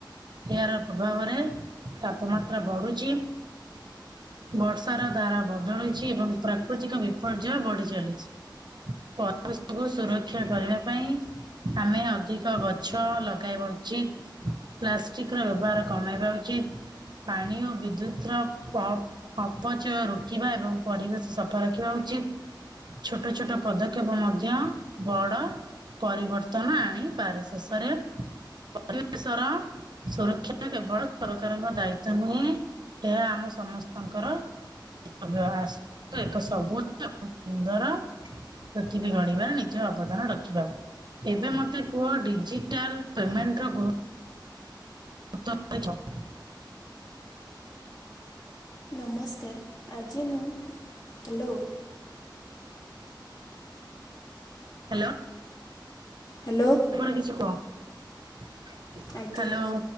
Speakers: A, on the right; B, on the left.
A: ଏହାର ପ୍ରଭାବରେ ତାପମାତ୍ରା ବଢୁଛି। ବର୍ଷାର ଧାରା ବଦଳିଛି ଏବଂ ପ୍ରାକୃତିକ ବିପର୍ଯ୍ୟୟ ବଢି ଚାଲିଛି। ପରିବେଶକୁ ସୁରକ୍ଷା କରିବା ପାଇଁ ଆମେ ଅଧିକ ଗଛ ଲଗ ଲଗାଇବା ଉଚିତ ପ୍ଲାଷ୍ଟିକ ର ବ୍ୟବହାର କମେଇବା ଉଚିତ୍। ପାଣି ଓ ବିଦ୍ୟୁତ ର ଅପଚୟ ରୋକିବା ଏବଂ ପରିବେଶ ସଫା ରଖିବା ଉଚିତ। ଛୋଟ ଛୋଟ ପଦକ୍ଷେପ ମଧ୍ୟ ବଡ। ପରିବର୍ତ୍ତନ ଆଣିପାରେ ଶେଷରେ ପରିବେଶର ସୁରକ୍ଷା କେବଳ ସରକାରଙ୍କ ଦାୟିତଵ ନୁହେଁ। ଏହା ଆମ ସମସ୍ତଙ୍କର <unintelligible> ଆସ ଏକ ସବୁ ସୁନ୍ଦର ପୃଥିବୀ ଗଢିବାରେ ନିଜ ଅବଦାନ ରଖିବା। ଏବେ ମୋତେ କୁହ ଡିଜିଟାଲ ପେମେଣ୍ଟର ଗୁରୁ ତ୍ଵ ଟା କଣ?
B: ନମସ୍କାର ଆଜି ମୁଁ ହାଲୋ।
A: ହାଲୋ।
B: ହ୍ୟାଲୋ
A: କିଛି କହ
B: ଆଜ୍ଞା
A: ହାଲୋ।